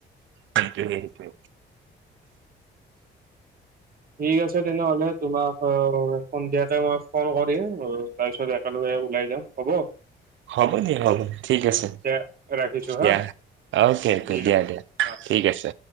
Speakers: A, on the right (about 75°); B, on the right (about 50°).
A: তাকে সেইটোৱে
B: ঠিক আছে তেনেহ'লে তোমাক আৰু সন্ধিয়াতে মই ফোন কৰিম তাৰপিছত একেলগে ওলাই যাম হ'ব?
A: হ'ব দিয়া হ'ব ঠিক আছে
B: এতিয়া ৰাখিছো
A: দিয়া,
B: হা
A: অকে অকে
B: ঠিক
A: দিয়া
B: আছে।
A: দিয়া।
B: অ।
A: ঠিক আছে